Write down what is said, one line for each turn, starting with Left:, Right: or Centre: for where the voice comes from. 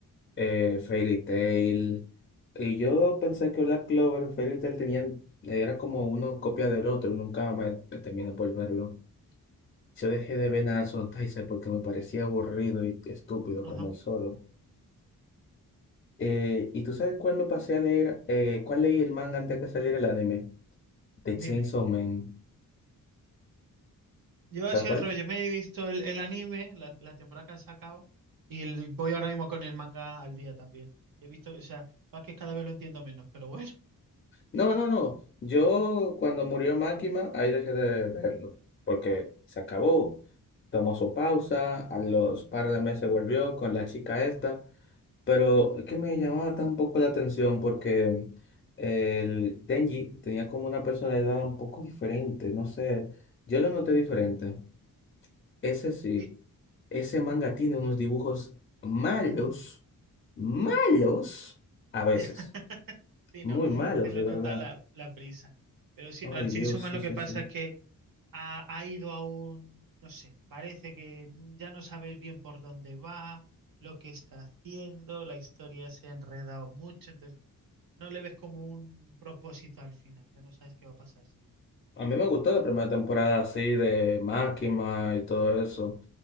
Left: eh, Fairy Tail. Y yo pensé que Black Clover y Fairy Tail tenían, era como una copia del otro, nunca me terminé por verlo. Yo dejé de ver nada Son Taizai porque me parecía aburrido y estúpido
Right: Ajá.
Left: como el solo. Eh, ¿y tú sabes cuál me pasé a leer? Eh, ¿cuál leí el manga antes que saliera el anime? De
Right: Dime.
Left: Chainsaw Man.
Right: Yo
Left: ¿Sabes
Right: hacía
Left: cuál
Right: al
Left: es?
Right: revés. Yo me he visto el, el anime, la, la temporada que han sacado, y el- voy ahora mismo con el manga al día también. He visto, o sea, más que cada vez lo entiendo menos, pero bueno.
Left: No, no, no. Yo cuando murió Máquina, ahí dejé de verlo, porque se acabó. Tomó su pausa, a los par de meses volvió con la chica esta, pero es que me llamaba tan poco la atención porque el Denji tenía como una personalidad un poco diferente, no sé, yo lo noté diferente. Ese sí,
Right: Sí,
Left: ese manga tiene unos dibujos malos, malos, a veces,
Right: ya. <laughs> Sí,
Left: muy
Right: no,
Left: malos,
Right: se le
Left: de
Right: nota
Left: verdad.
Right: la, la prisa. Pero sí,
Left: Ay,
Right: no, el Chainsaw
Left: Dios,
Right: Man
Left: sí,
Right: lo
Left: sí,
Right: que pasa
Left: sí.
Right: es que ha, ha ido a un, no sé, parece que ya no sabéis bien por dónde va, lo que está haciendo, la historia se ha enredado mucho, entonces no le ves como un propósito al final, ya no sabes qué va a pasar si,
Left: A mí me gustó
Right: si se
Left: la
Right: acaba.
Left: primera temporada así de Máquina y todo eso.